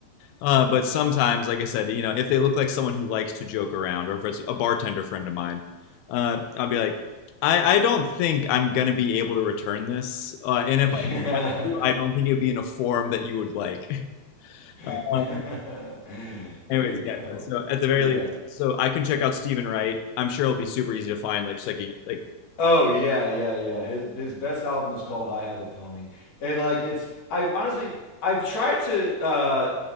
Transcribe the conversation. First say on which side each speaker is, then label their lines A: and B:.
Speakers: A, on the left (about 85°); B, on the left (about 55°).
A: Uh, but sometimes, like I said, you know, if they look like someone who likes to joke around, or if it's a bartender friend of mine, uh, I'll be like, I, I don't think I'm gonna be able to return this, uh, and
B: <laughs>
A: if I
B: Yeah.
A: do, I don't think it'd be in a form that you would like. <laughs>
B: <laughs> there
A: Uh, anyways,
B: you
A: yeah.
B: go.
A: No, so at the very
B: Yeah.
A: least, so I can check out Stephen Wright. I'm sure it'll be super easy to find. Like just like a, like
B: Oh yeah, yeah, yeah. His his best album is called "I Have a Pony," and like it's I've honestly I've tried to uh,